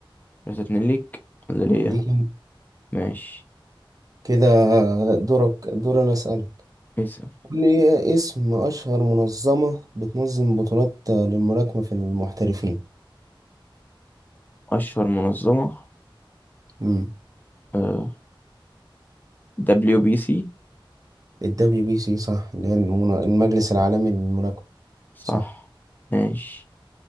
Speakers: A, on the left; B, on the right.
A: بس اتنين ليك ولا ليا
B: ليه ليه
A: ماشي
B: كده كده دورك دور أنا أسألك
A: اسأل
B: قول لي إيه اسم أشهر منظمة بتنظم بطولات آه، للملاكمة في المحترفين
A: اشهر منظمة
B: امم
A: اه دبليو بي سي
B: الدبليو بي سي صح اللي هي المنا- المجلس العالمي للملاكمة
A: صح
B: صح
A: ماشي